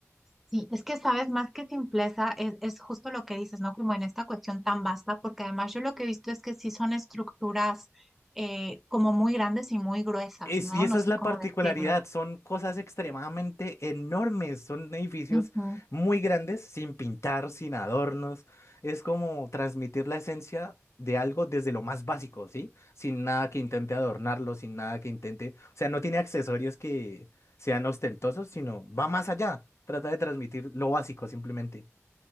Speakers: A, in the centre; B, on the left.
A: sí, es que sabes, más que simpleza, es, es justo lo que dices, ¿no? Como en esta cuestión tan vasta, porque además yo lo que he visto es que sí son estructuras eh, como muy grandes y muy gruesas,
B: Es-
A: ¿no?
B: y esa
A: No
B: es
A: sé
B: la
A: cómo
B: particularidad,
A: decirlo.
B: son cosas extremadamente enormes, son edificios
A: Ujú.
B: muy grandes, sin pintar, sin adornos. Es como transmitir la esencia de algo desde lo más básico, ¿sí? Sin nada que intente adornarlo, sin nada que intente, o sea, no tiene accesorios que sean ostentosos, sino va más allá, trata de transmitir lo básico simplemente.